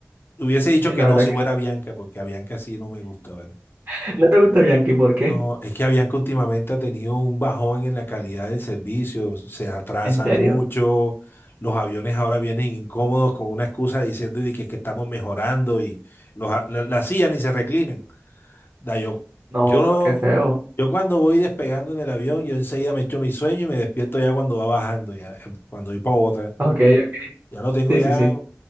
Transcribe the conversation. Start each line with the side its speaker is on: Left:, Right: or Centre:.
Left: Hubiese dicho
Right: sí,
Left: que
Right: la
Left: no
Right: verdad
Left: si
Right: que
Left: fuera
Right: sí.
Left: Bianca, porque a Bianca sí no me gusta, ¿vale?
Right: <laughs> ¿No te gusta Bianchi? ¿Por qué?
Left: No, es que Avianca últimamente ha tenido un bajón en la calidad del servicio, se atrasan
Right: ¿En serio?
Left: mucho, los aviones ahora vienen incómodos con una excusa diciendo de que, que estamos mejorando y los, a- la, la sillas ni se reclinan. Da, yo,
Right: No,
Left: yo,
Right: pero
Left: no-
Right: qué feo.
Left: yo cuando voy despegando en el avión, yo enseguida me echo mi sueño y me despierto ya cuando va bajando, ya, eh, cuando voy para otra.
Right: Ok, ok.
Left: Ya lo tengo
Right: Sí,
Left: ya
Right: sí, sí.